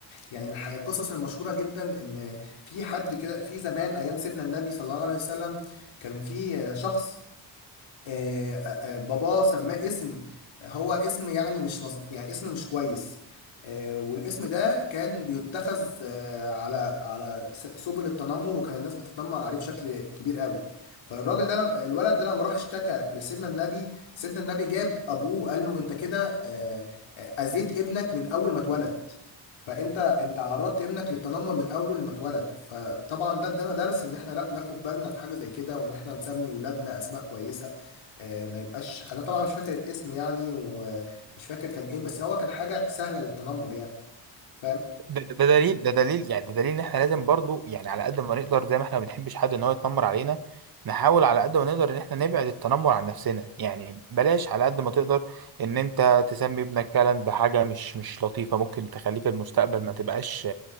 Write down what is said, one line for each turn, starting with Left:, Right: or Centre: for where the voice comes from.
Left: يعني من الح- القصص المشهوره جدا ان في حد كده في زمان ايام سيدنا النبي صلى الله عليه وسلم كان في آه، شخص آه، آه، باباه سماه اسم هو اسم يعني مش مظبوط يعني اسم مش كويس آه، والاسم ده كان بيتخذ آه، على على س- سبل التنمر وكان الناس بتتنمر عليه بشكل كبير قوي فالراجل ده لما- الولد ده لما راح اشتكى لسيدنا النبي سيدنا النبي جاب ابوه وقال له انت كده آه، آه، اذيت ابنك من اول ما اتولد فانت انت عرضت ابنك للتنمر من اول ما اتولد فطبعا ده ادانا درس ان احنا لا ناخد بالنا في حاجه زي كده وان احنا نسمي ولادنا اسماء كويسه آه، ما يبقاش انا طبعا مش فاكر الاسم يعني ومش فاكر كان ايه بس هو كان حاجه سهله للتنمر يعني فاهم
Right: ده, ده ده دليل ده دليل يعني ده دليل ان احنا لازم برضو يعني على قد ما نقدر زي ما احنا ما بنحبش حد ان هو يتنمر علينا نحاول على قد ما نقدر ان احنا نبعد التنمر عن نفسنا يعني بلاش على قد ما تقدر ان انت تسمي ابنك فعلا بحاجة مش مش لطيفة ممكن تخليه في المستقبل ما تبقاش